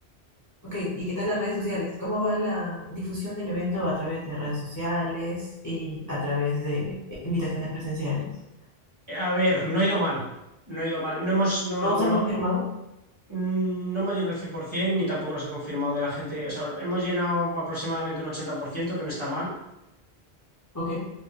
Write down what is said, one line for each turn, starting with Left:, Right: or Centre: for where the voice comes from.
Left: Ok, ¿y qué tal las redes sociales? ¿Cómo va la difusión del evento a través de redes sociales y a través de invitaciones presenciales?
Right: A ver, no ha ido mal. No ha ido mal. No hemos, no hemos-
Left: Todos
Right: no-
Left: han confirmado,
Right: Mm, No hemos llenado el 100%, ni tampoco nos ha confirmado de la gente. O sea, hemos llenado aproximadamente un ochenta por ciento que no está mal.
Left: ok.